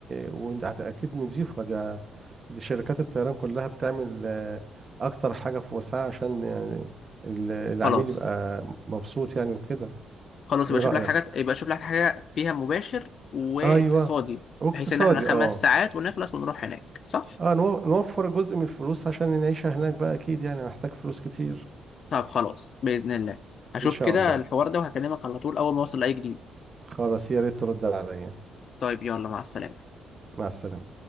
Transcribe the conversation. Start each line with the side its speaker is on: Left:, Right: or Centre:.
Right: وانت هت- اكيد نضيفه ده دي شركات الطيران كلها بتعمل آه، اكتر حاجة في وسعها عشان يعني ال- العميل
Left: خلاص
Right: يبقى مبسوط يعني وكده
Left: خلاص
Right: ايه
Left: يبقى
Right: رأيك
Left: شوف لك حاجه يبقى شوف لك حاجه فيها مباشر واقتصادي
Right: ايوه واقتصادي
Left: بحيث ان احنا خمس
Right: اه
Left: ساعات ونخلص ونروح هناك صح
Right: اه نو- نوفر جزء من الفلوس عشان نعيشها هناك بقى اكيد يعني هنحتاج فلوس كتير
Left: طب خلاص بإذن الله هشوف
Right: ان شاء
Left: كده
Right: الله
Left: الحوار ده وهكلمك على طول أول ما أوصل لأي جديد
Right: خلاص يا ريت ترد عليا
Left: طيب يلا مع السلامة
Right: مع السلامة